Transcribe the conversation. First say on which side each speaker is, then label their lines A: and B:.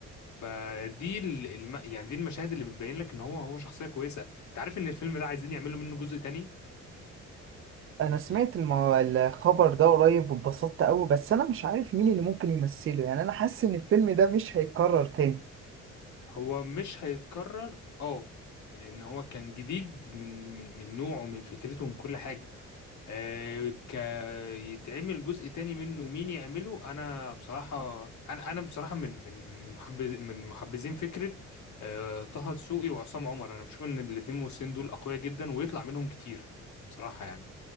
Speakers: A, on the left (about 70°); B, on the right (about 45°).
A: فدي ال- الم... يعني دي المشاهد اللي بتبين لك ان هو هو شخصيه كويسه انت عارف ان الفيلم ده عايزين يعملوا منه جزء تاني
B: انا سمعت
A: يعني
B: المو... الخبر ده قريب واتبسطت قوي بس انا مش عارف مين اللي ممكن يمثله يعني انا حاسس ان الفيلم ده مش هيتكرر تاني
A: هو مش هيتكرر اه لان هو كان جديد من من من نوعه من فكرته من كل حاجه آه ك يتعمل جزء تاني منه مين يعمله انا بصراحه انا انا بصراحه من من محبز من محبذين فكره آه طه دسوقي وعصام عمر انا بشوف ان الاثنين ممثلين دول اقوياء جدا ويطلع منهم كتير بصراحه يعني